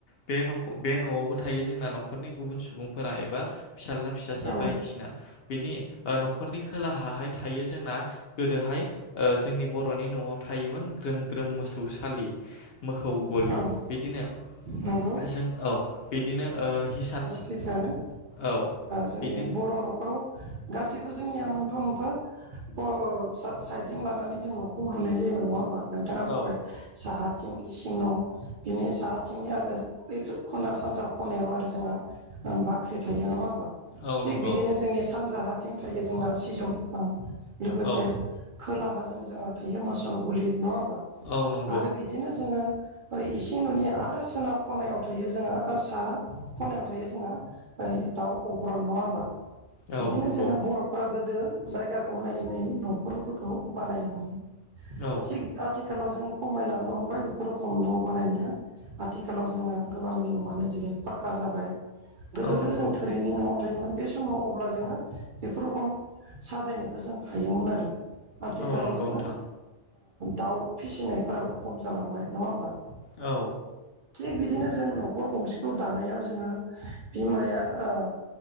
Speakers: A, on the left (about 60°); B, on the right (about 60°).
A: बे न' बे न'आवबो थायो जोंना न'खरनि गुबुन सुबुंफोरा एबा फिसाज्ला फिसाजो
B: औ
A: बायदिसिना। बेनि ओ न'खरनि खोलाहाहाय थायो जोंना गोदोहाय ओ जोंनि बर'नि न'आव था थायोमोन ग्रोम ग्रोम मोसौसालि। मोखौ गलि
B: औ
A: बिदिनो
B: नंगौ
A: जों औ बिदिनो ओ हिसान
B: सैथाआनो
A: औ
B: जोंनि
A: बिदिनो
B: बर' न'खराव गासिबो जोंनिया मोनफा मोनफा ओ साइद जों लानानै जों न'खौ लुनाय जायोमोन नङा होमबा? नोंथाङा बुंबाय
A: औ
B: साहाथिं इस बिनि साथिंनि आरो खना सानजा खनायाव आरो जोङा बाख्रि थायो नङा होमबा
A: औ
B: थिग
A: नंगौ
B: बिदिनो जोंनि सानजा हाथिं थायो जोंना सिजौ बिफां। लोगोसे
A: औ
B: खोलाहाजों जोंहा थायो मोसौ गुलि नङा
A: औ नंगौ
B: आरो बिदिनो जोङो इसिं न'नि आरो सोनाब खनायाव थायो जोंहा साहा खनायाव थायो जोंहा दाउ अग्रन नङा होमबा
A: औ
B: बिदिनो
A: नंगौ
B: जोंङो बर'फ्रा गो दो जायगाखौ नायै नायै न'रफोरखौ बानायोमोन
A: औ
B: थि आथि खालाव जों खमामलांनो हमबाय खराव खम न' बानायनाया आथिखालाव जोङो गोबांनि न'आनो दिनै फक्का जाबाय गोदोथ'
A: औ नंगौ
B: जों थोरिनि न'आव थायोमोन बे समाव अब्ला जोङो बेफोरखम साजायनोखौ जों हायोमोन आरो आथिखालाव
A: औ नंगौ
B: जोङो
A: नोंथां
B: दाउ ओ फिसिनायफोराबो खम जालांबाय नङा होमबा
A: औ
B: थिग बिदिनो जों न'खर गंसेखौ दानायाव जोङो बिमाया ओ